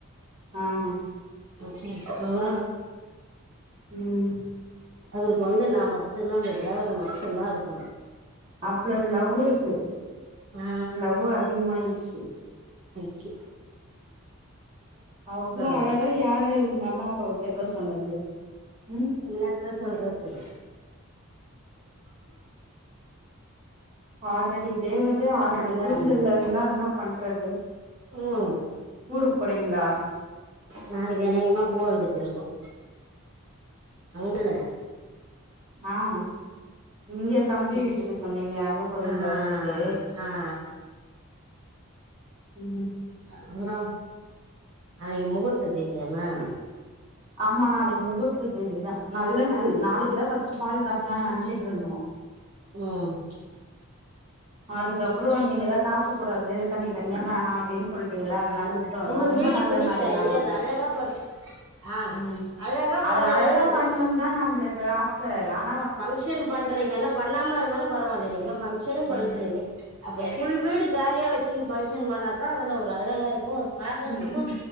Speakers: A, on the right (about 25°); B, on the right (about 65°).
A: ஆஹ்
B: புரோக்ராம்
A: உம்
B: அவருக்கு வந்து நான் மட்டும்தான் அந்த தேவதை மட்டும் தான் இருக்கணும்
A: அவ்ளோ லவ் இருக் சரி
B: ஆ
A: லவ் அதிகமயிடுச்சு
B: சிக்
A: அவ்ளோ
B: கூடாது
A: அழகா யாரு உங்க அம்மா அப்பாவ‌ பெக்க சொன்னது ம்
B: எல்லாத்தான் சொல்றது
A: ஆஹ ரெடி தேவதே ஆறடி
B: நாளைக்கு வேற
A: கூந்தல்ல
B: இருக்குது
A: இருந்தா என்ன பண்றது
B: ம்
A: ஊருக்கு போறீங்களா
B: நாளைக்கு அனேகமா போக வேண்டியது இருக்கும் அங்கல
A: ஆஹ் இங்க தம்பி
B: சு
A: வீட்டுக்கு சொன்னீங்களா அங்க போறீங்களா
B: ஆ
A: ஊருக்கு
B: ஆ
A: உம்
B: அப்புறம் அன்னைக்கு முகூர்த்த தேதியமே
A: ஆமா நாளைக்கு முகூர்த்த தேதிதான் நல்லன நல் நாளைக்கு தான் ஃபர்ஸ்ட் பால் காசலான்னு நினச்சிட்டு இருந்தோம்
B: உஹம்
A: அதுக்கப்புறம் நீங்கதான் காச கூடாது தனி தனியா வேணாம் அப்படின்னு சொல்லிட்டீங்கள அதனால உட்டோம்
B: ஃபுல்
A: ரொம்ப
B: வீடு
A: நல்ல
B: ஃபினிஷ்
A: நாள்
B: ஆகி
A: நாளைக்கு
B: அது அழகா படு ஆ
A: உம்
B: அழகா
A: அத
B: பண்ணணும்
A: அழகா பண்ணோன் தான் நம்மளுக்கு ஆச ச நான்
B: பங்க்ஷன் பண்றீங்கன்ன ப பண்ணாம இருந்தாலும் பரவாயில்ல நீங்க ஃபங்க்ஷனுும்
A: ம்
B: பண்றீங்க அப்ப ஃபுல் வீடு காலியா வச்சுக்கின்னு பங்க்ஷன் பண்ணாதான் அதுல ஒரு அழகா இருக்கும் ஒரு பாக்கறதுக்கோ
A: ம் ம்